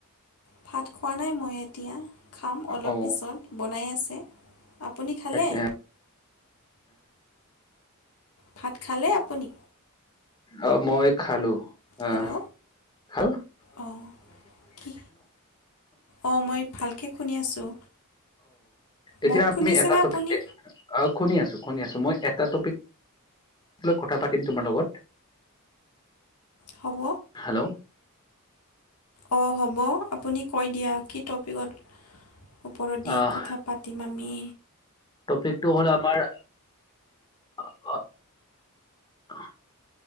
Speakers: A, on the left; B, on the left.
A: ভাত খোৱা নাই মই এতিয়া, খাম অলপ
B: অ
A: পিছত, বনাই আছ আপুনি খালে?
B: এতিয়া
A: ভাত খালে আপুনি?
B: অ', মই খালো। আহ
A: হেল্ল'।
B: <unintelligible> অ',
A: অঁ কি অঁ মই ভালকৈ শুনি আছোঁ
B: এতিয়া
A: মোক
B: আমি
A: শুনিছেনে
B: এটা টপিক
A: আপুনি
B: এ আহ শুনি আছো। শুনি আছোঁ মই, এটা টপিক লৈ কথা পাতিম তোমাৰ লগত।
A: হ'ব।
B: হেল্ল'
A: অ', হ'ব আপুনি কৈ দিয়া, কি টপিকত ওপৰেদি
B: আহ
A: কথা পাতিম আমি।
B: টপিকটো হ'ল আমাৰ অ', অ'